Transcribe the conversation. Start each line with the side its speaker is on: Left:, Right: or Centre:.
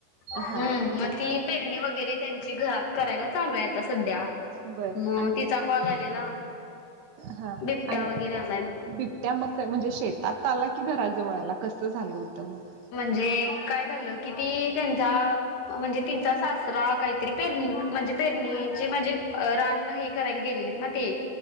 Left: हम्म
Right: हा
Left: मग ती पेरणी वगैरे त्यांची. घरात करायला चालू आहे आता सध्या.
Right: बर
Left: मग
Right: आणि
Left: तिचा कॉल आलेला
Right: हा
Left: बिबट्या
Right: आणि
Left: वगैरे आलाय
Right: बिबट्या मक म्हणजे शेतात आला कि घराजवळ आला. कसं झालं होतं. मग
Left: म्हणजे काय झालं की ती त्यांचा म्हणजे तेंचा सासरा काहीतरी. पेरणी. म्हणजे पेरणीचे म्हणजे रान हे करायला गेलेलेत ना ते